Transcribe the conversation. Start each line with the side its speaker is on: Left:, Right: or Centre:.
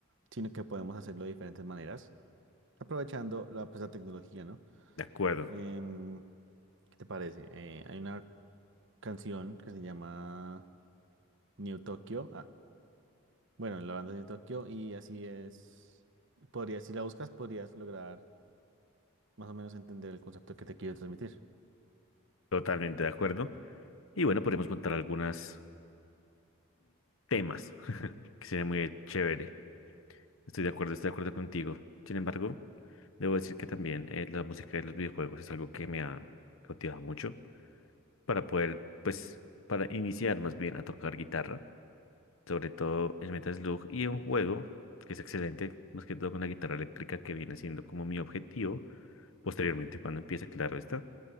Right: sino que podemos hacerlo de diferentes maneras, aprovechando la, pues, la tecnología, ¿no?
Left: De acuerdo,
Right: Em, ¿qué te parece? Eh, hay una canción que se llama New Tokyo, ah, bueno, la banda es New Tokyo y así es, podrías, si la buscas, podrías lograr más o menos entender el concepto que te quiero transmitir.
Left: totalmente de acuerdo. Y bueno, podríamos montar algunos temas, <laughs> que sería muy chévere. Estoy de acuerdo, estoy de acuerdo contigo. Sin embargo, debo decir que también eh, la música de los videojuegos es algo que me ha cautivado mucho. para poder, pues, para iniciar más bien a tocar guitarra, sobre todo el Metal Slug y un juego que es excelente, más que todo con la guitarra eléctrica que viene siendo como mi objetivo posteriormente cuando empiece, claro está,